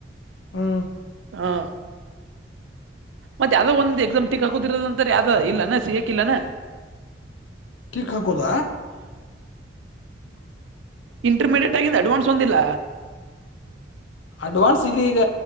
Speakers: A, on the left; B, on the right.
A: ಹ್ಮ್
B: ಹಾ ಮತ್ತೆ ಯಾವ್ದೋ ಒಂದ್ ಎಕ್ಸಾಮ್ ಟಿಕ್ ಹಾಕುದಿರೋದ ಅಂತಾರೆ ಹೋದ ಇಲ್ಲೇನ ಸಿಗಕಿಲ್ಲೆನ?
A: ಟಿಕ್ ಹಾಕೋದ? <inaudible>
B: ಇಂಟರ್ಮಿಡಿಯೇಟ್ ಆಗಿದೆ ಅಡ್ವಾನ್ಸ್ ಒಂದಿಲ್ಲ.
A: ಅಡ್ವಾನ್ಸ್ ಈಗ್ ಈಗ